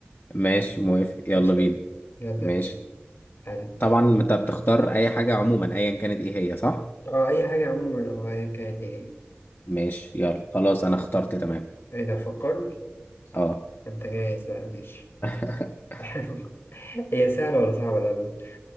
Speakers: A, on the left; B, on the left.
A: ماشي موافق يلا
B: ماشي؟
A: بينا
B: يلا
A: ماشي
B: بينا حلو
A: طبعا انت بتختار اي حاجة عموما ايا كانت ايه هي صح
B: أه أي حاجة عموما أه أيا كانت إيه
A: ماشي يلا خلاص انا اخترت تمام
B: هي إذا فكرت
A: اه
B: أنت جاهز بقى ماشي
A: <laughs>
B: حلو <laughs> هي سهلة ولا صعبة الأول؟